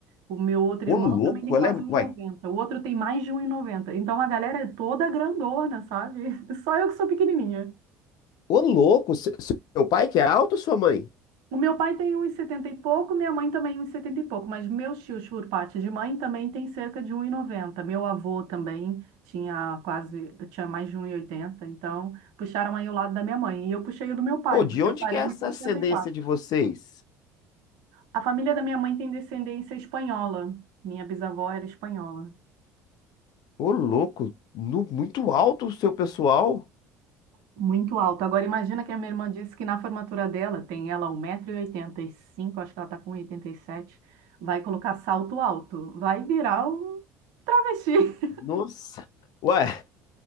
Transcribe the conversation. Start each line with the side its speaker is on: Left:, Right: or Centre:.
Right: O meu outro
Left: Ô
Right: irmão
Left: louco,
Right: também tem
Left: ela
Right: quase
Left: é.
Right: um
Left: Uai,
Right: e noventa O outro tem mais de um e noventa Então a galera é toda grandona, sabe? <laughs> Só eu que sou pequenininha.
Left: ô louco, se- se- seu pai que é alto ou sua mãe?
Right: O meu pai tem uns 70 e pouco, minha mãe também uns 70 e pouco, mas meus tios, por parte de mãe, também tem cerca de 1,90. Meu avô também tinha quase, tinha mais de 1,80, então puxaram aí o lado da minha mãe. E eu puxei o do meu pai,
Left: Pô,
Right: porque
Left: de onde
Right: eu parei
Left: que é essa
Right: no 64.
Left: ascendência de vocês?
Right: A família da minha mãe tem descendência espanhola. Minha bisavó era espanhola.
Left: Ô louco, nu- muito alto o seu pessoal?
Right: Muito alto. Agora imagina que a minha irmã disse que na formatura dela, tem ela 1,85m, acho que ela está com 87, vai colocar salto alto. Vai virar um travesti.
Left: Nossa. Ué,